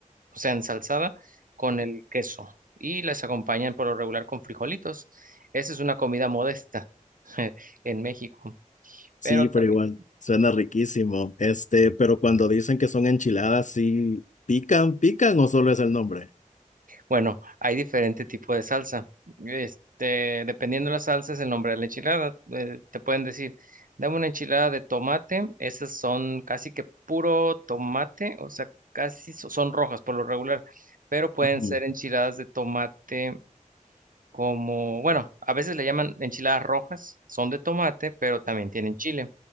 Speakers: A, on the right; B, on the left.
A: o sea, ensalzada con el queso. Y las acompañan por lo regular con frijolitos. Esa es una comida modesta <laughs> en México.
B: Sí,
A: Pero también
B: pero igual, suena riquísimo. Este, pero cuando dicen que son enchiladas, ¿sí pican, pican o solo es el nombre?
A: Bueno, hay diferente tipo de salsa. Este, dependiendo de la salsa, el nombre de la enchilada. Eh, te pueden decir, dame una enchilada de tomate. Esas son casi que puro tomate, o sea, casi so- son rojas por lo regular, pero pueden
B: Ujú.
A: ser enchiladas de tomate como, bueno, a veces le llaman enchiladas rojas, son de tomate, pero también tienen chile.